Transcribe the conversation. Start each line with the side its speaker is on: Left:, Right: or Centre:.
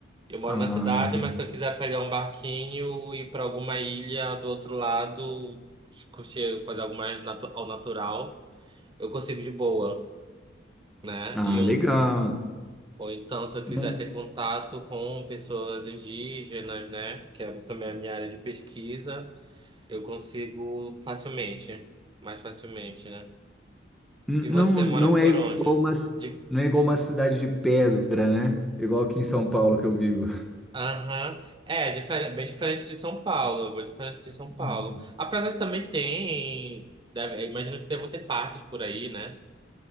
Right: eu moro
Centre: Ah,
Right: na cidade,
Centre: entendi.
Right: mas se eu quiser pegar um barquinho e ir pra alguma ilha do outro lado, curtir, fazer algo mais natu- ao natural, eu consigo de boa, né?
Centre: Ah,
Right: E eu,
Centre: legal.
Right: ou então, se eu quiser
Centre: Não,
Right: ter contato com pessoas indígenas, né, que é também a minha área de pesquisa, eu consigo facilmente, mais facilmente, né?
Centre: n-
Right: E
Centre: não,
Right: você mora
Centre: não
Right: por
Centre: é igual
Right: onde?
Centre: uma, c-
Right: De...
Centre: não é igual uma cidade de pedra, né? Igual aqui em São Paulo que eu vivo. <laughs>
Right: Aham. É, diferente, bem diferente de São Paulo, bem diferente de São Paulo.
Centre: Hum.
Right: Apesar que também tem, deve- eu imagino que devam ter parques por aí, né?